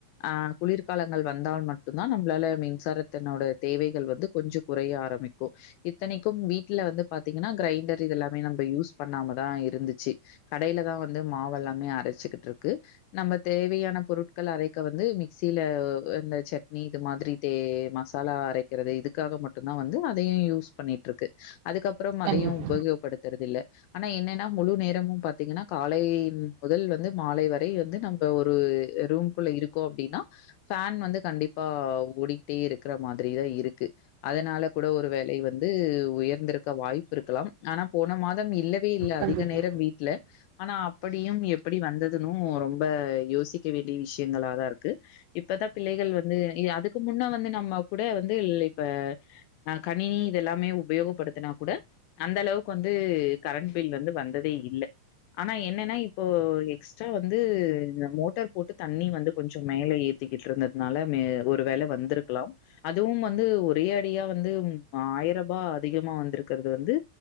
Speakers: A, on the left (about 80°); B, on the right (about 85°).
A: ஆஹ் குளிர்காலங்கள் வந்தால் மட்டுந்தா நம்ப்ளால மின்சாரத்தனோட தேவைகள் வந்து கொஞ்சொ குறைய ஆரம்பிக்கு. இத்தனிக்கும் வீட்டுல வந்து பாத்தீங்கன்னா க்ரைண்டரு இதெல்லாமே நம்ப யூஸ் பண்ணாம தா இருந்துச்சு. கடையில தா வந்து மாவல்லாமே அரச்சுக்குட்ருக்கு. நம்ப தேவையான பொருட்கள் அரைக்க வந்து மிக்சியிலா இந்த சட்னி இது மாதிரி தே மசாலா அரைக்கிறது இதுக்காக மட்டுந் தா வந்து அதையு யூஸ் பண்ணிட்ருக்கு. அதுக்கப் ப்புறம் அதையும்
B: கண்டிப்பா
A: உபகோப்படுத்துறதில்ல ஆனா என்னனா முழு நேரமு பாத்தீங்கனா காலை முதல் வந்து மாலை வரை வந்து நம்ப ஒரு ரூம்குள்ள இருக்கோ அப்டின்னா ஃபேன் வந்து கண்டிப்பா ஓடிக்டே இருக்ற மாதிரிதா இருக்கு. அதனால கூட ஒரு வேலை வந்த உயர்ந்திருக் க வாய்ப்பிருக்கலாம். ஆனா போன மாதம் இல்ல வெ இல்ல
B: கண்டிப்பா கண்டிப்பா
A: அதிக நேரம் வீட்ல ஆனா அப்படியும் எப்படி வந்ததுன்னு ரொம்ப யோசிக்க வேண்டிய விஷ்யங்களாதா இருக்கு. இப்பதா பிள்ளைகள் வந்து இய அதுக்கு முன்ன வந்து நம்மக் குட வந்து ல் இப்ப ந கணினி இதெல்லாமே உபயோகப்படுத்தின கூட அந்தளவுக் வந்து கரண்ட் பில் வந்து வந்ததே இல்ல. ஆனா என்னனா இப்போ எக்ஸ்ட்ரா வந்து மோட்டர் போட்டு தண்ணி வந்து கொஞ்சொ மேல ஏத்திக்கிட்ருந்ததுனால மே ஒரு வேல வந்துருக்லாம். அதுவும் வந்து ஒரே அடியா வந்து உம் ஆயிரபா அதிகமா வந்துருக் கறது வந்து